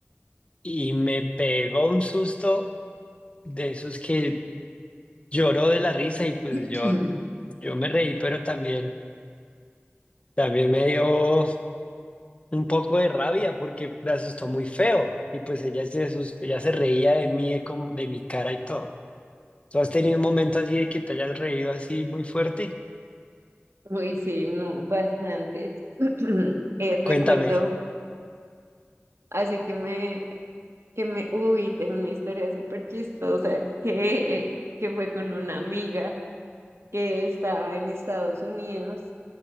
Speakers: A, on the left; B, on the right.
A: y me pegó un susto de esos que lloró de la risa y pues
B: <clears throat>
A: yo, yo me reí, pero también, también me dio un poco de rabia porque me asustó muy feo y pues ella se, asust- ella se reía de mí, de, com- de mi cara y todo. ¿Tú has tenido un momento así de que te hayas reído así muy fuerte?
B: Muy <laughs> sí, no, bastantes. <clears throat> Eh, recuerdo,
A: Cuéntame.
B: así que me, que me, uy, tengo una historia súper chistosa que, eh, que fue con una amiga que estaba en Estados Unidos